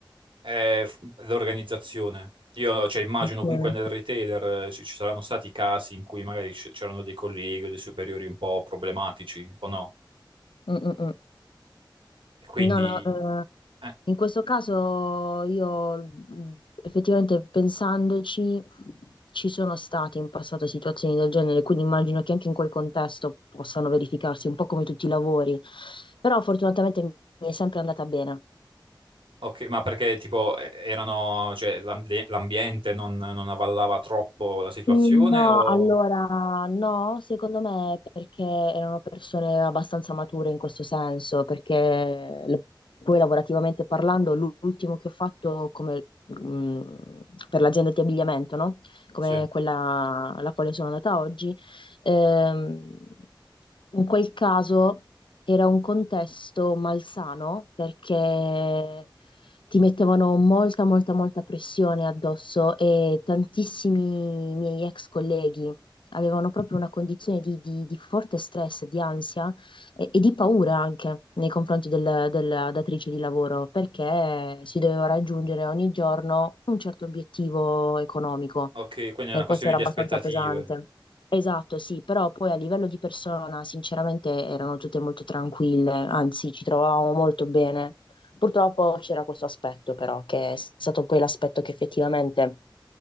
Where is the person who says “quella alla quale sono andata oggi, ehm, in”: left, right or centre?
Left